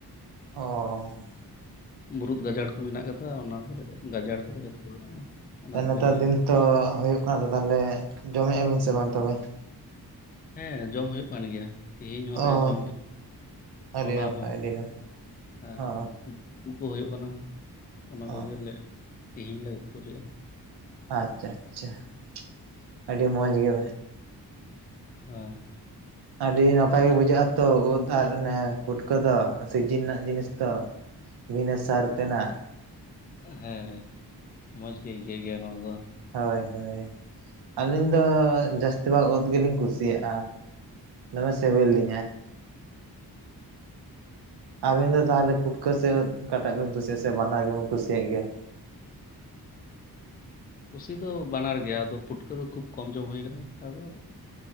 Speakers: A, on the right; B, on the left.
A: ᱚ
B: ᱢᱩᱨᱩᱫ ᱜᱟᱡᱟᱲ ᱠᱚ ᱢᱮᱱᱟᱜ ᱠᱟᱫᱟ ᱚᱱᱟ ᱠᱚᱨᱮ ᱜᱟᱡᱟᱲ ᱠᱚᱨᱮ ᱜᱮ ᱛᱚ ᱚᱱᱟ
A: ᱱᱮᱛᱟᱨ
B: ᱠᱚᱨᱮ ᱜᱮ
A: ᱫᱤᱱ ᱛᱚ ᱦᱩᱭᱩᱜ ᱠᱟᱱᱟ ᱛᱚ ᱛᱟᱦᱚᱞᱮ ᱡᱚᱢᱮᱫᱼᱟ ᱵᱤᱱ ᱥᱮ ᱵᱟᱝ ᱛᱚᱵᱮ
B: ᱦᱮᱸ ᱡᱚᱢ ᱦᱩᱭᱩᱜ ᱠᱟᱱ ᱜᱮᱭᱟ᱾ ᱛᱮᱦᱤᱧ ᱦᱚᱸᱞᱮ
A: ᱚ
B: ᱡᱚᱢ ᱜᱮᱭᱟ
A: ᱟᱹᱰᱤ
B: ᱦᱚᱞᱟ
A: ᱱᱟᱯᱟᱭ
B: ᱦᱚᱸ
A: ᱟᱹᱰᱤ ᱱᱟᱯᱟᱭ
B: ᱟᱨ
A: ᱚ
B: ᱩᱫᱽ ᱠᱚ ᱦᱩᱭᱩᱜ ᱠᱟᱱᱟ᱾ ᱚᱱᱟ ᱠᱚᱜᱮᱞᱮ
A: ᱚ
B: ᱛᱮᱦᱮᱧ ᱞᱮ ᱩᱛᱩ ᱞᱮᱫᱼᱟ
A: ᱟᱪᱪᱷᱟ ᱟᱪᱪᱷᱟ᱾ᱟᱹᱰᱤ ᱢᱚᱸᱡᱽ ᱜᱮ
B: ᱦᱮᱸ
A: ᱟᱹᱰᱤ ᱱᱟᱯᱟᱭ ᱜᱮ ᱵᱩᱡᱷᱟᱹᱜ-ᱟ ᱛᱚ ᱩᱫᱽ ᱟᱨ ᱚᱱᱮ ᱯᱩᱴᱠᱟᱹ ᱫᱚ ᱥᱤᱡᱤᱱ ᱨᱮᱱᱟᱜ ᱡᱤᱱᱤᱥ ᱛᱚ᱾ ᱵᱤᱱᱟᱹ ᱥᱟᱨ ᱛᱮᱱᱟᱜ
B: ᱦᱮᱸ ᱢᱚᱡᱽ ᱜᱮ ᱟᱹᱭᱠᱟᱹᱜ ᱜᱮᱭᱟ ᱱᱚᱣᱟ ᱫᱚ
A: ᱦᱳᱭ ᱦᱳᱭ ᱟᱹᱞᱤᱧ ᱫᱚ ᱡᱟᱹᱥᱛᱤ ᱵᱷᱟᱜ ᱩᱫᱽ ᱜᱮᱞᱤᱧ ᱠᱩᱥᱤᱭᱟᱜᱼᱟ ᱫᱚᱢᱮ ᱥᱤᱵᱤᱞ ᱞᱤᱧᱟ ᱟᱵᱤᱱ ᱫᱚ
B: ᱦᱮᱸ
A: ᱛᱟᱦᱚᱞᱮ ᱯᱷᱩᱴᱠᱟᱹ ᱥᱮ ᱩᱫᱽ ᱚᱠᱟᱴᱟᱜ ᱵᱤᱱ ᱠᱩᱥᱤᱭᱟᱜᱼᱟ ᱥᱮ ᱵᱟᱱᱟᱨ ᱜᱮᱵᱤᱱ ᱠᱩᱥᱤᱭᱟᱜ ᱜᱮᱭᱟ᱾
B: ᱠᱩᱥᱤ ᱫᱚ ᱵᱟᱱᱟᱨ ᱜᱮᱭᱟ ᱟᱫᱚ ᱯᱩᱴᱠᱟᱹ ᱫᱚ ᱠᱷᱩᱵ ᱠᱚᱢ ᱡᱚᱢ ᱦᱩᱭ ᱟᱠᱟᱱᱟ᱾ ᱟᱫᱚ